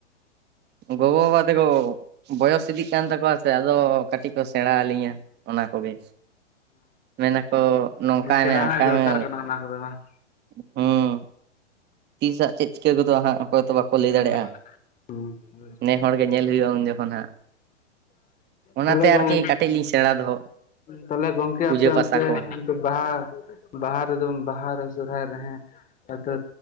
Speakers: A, on the right (about 30°); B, on the left (about 20°).
A: ᱜᱚᱜᱚ-ᱵᱟᱵᱟ ᱛᱟᱠᱚ ᱵᱚᱭᱚᱥ ᱤᱫᱤᱜ ᱠᱟᱱ ᱛᱟᱠᱚᱣᱟ ᱥᱮ ᱟᱫᱚ ᱠᱟᱹᱴᱤᱡ ᱠᱚ ᱥᱮᱬᱟ ᱟᱹᱞᱤᱧᱟ ᱚᱱᱟ ᱠᱚᱜᱮ᱾ ᱢᱮᱱᱟᱠᱚ ᱱᱚᱝᱠᱟᱭ
B: ᱚ ᱥᱮᱬᱟ
A: ᱢᱮ ᱦᱟᱝᱠᱟᱭ
B: ᱦᱚᱸ ᱫᱚᱨᱠᱟᱨ
A: ᱢᱮ
B: ᱠᱟᱱᱟ ᱚᱱᱟ ᱠᱚᱫᱚ ᱵᱟᱝ
A: ᱦᱩᱸ᱾ ᱛᱤᱥ ᱦᱟᱸᱜ ᱪᱮᱫ ᱪᱤᱠᱟᱹ ᱜᱚᱫᱚ ᱦᱟᱸᱜ ᱚᱠᱚᱭ ᱦᱚᱸᱛᱚ ᱵᱟ ᱠᱚ ᱞᱟᱹᱭ
B: ᱦᱩᱸ
A: ᱫᱟᱲᱮᱭᱟᱜᱼᱟ
B: ᱦᱩᱸ ᱦᱳᱭ
A: ᱱᱮ ᱦᱚᱲ ᱜᱮ ᱧᱮᱞ ᱦᱩᱭᱩᱜᱼᱟ ᱩᱱ ᱡᱚᱠᱷᱚᱱ ᱦᱟᱸᱜ᱾ ᱚᱱᱟᱛᱮ
B: ᱛᱟᱦᱚᱞᱮ ᱜᱚᱝ
A: ᱟᱨᱠᱤ ᱠᱟᱹᱴᱤᱡ ᱞᱤᱧ ᱥᱮᱬᱟ ᱫᱚᱦᱚ
B: ᱛᱟᱦᱚᱞᱮ ᱜᱚᱝᱠᱮ
A: ᱯᱩᱡᱟᱹ
B: ᱟᱯᱮ
A: ᱯᱟᱥᱟ
B: ᱚᱱᱛᱮ
A: ᱠᱚ
B: ᱵᱟᱦᱟ ᱵᱟᱦᱟ ᱨᱮᱫᱚ ᱵᱟᱦᱟ ᱨᱮ ᱥᱚᱨᱚᱦᱟᱭ ᱨᱮ ᱦᱮᱸ ᱟᱫᱚ